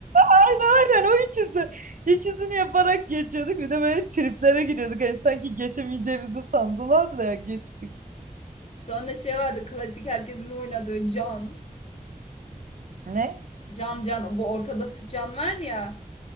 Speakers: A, on the right; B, on the left.
A: <laughs> Aynen o ikisi. İkisini yaparak geçiyorduk. Bir de böyle triplere giriyorduk. Hani sanki geçemeyeceğimizi sandılar da geçtik.
B: <laughs> Sonra şey vardı klasik herkesin oynadığı Can.
A: Ne?
B: Can Can bu ortada sıçan var ya